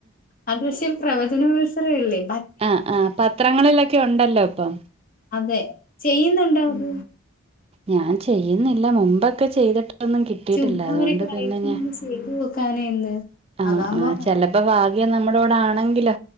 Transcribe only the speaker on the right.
ആ ആ പത്രങ്ങളിലൊക്കെ ഉണ്ടല്ലോ പ്പം
ഞാൻ ചെയ്യ്ന്നില്ല മുമ്പൊക്കെ ചെയ്തി ട്ടൊന്നും കിട്ടിട്ടില്ല
അതൊണ്ട്
പിന്നെ ഞാൻ
ആ
ആ ചെലപ്പ ഭാഗ്യം നമ്മടെ കൂടെ ആണെ ഇല്ല